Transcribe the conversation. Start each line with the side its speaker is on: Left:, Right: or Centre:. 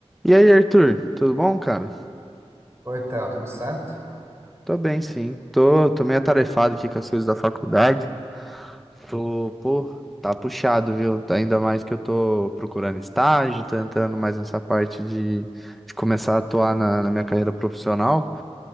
Centre: E aí, Arthur, tudo bom, cara?
Right: Oi, Theo, tudo certo?
Centre: Tô bem, sim. Tô, tô meio atarefado aqui com as coisas da faculdade. Tô, pô, tá puxado, viu? Tá Ainda mais que eu tô procurando estágio, tô entrando mais nessa parte de, de começar a atuar na, na minha carreira profissional.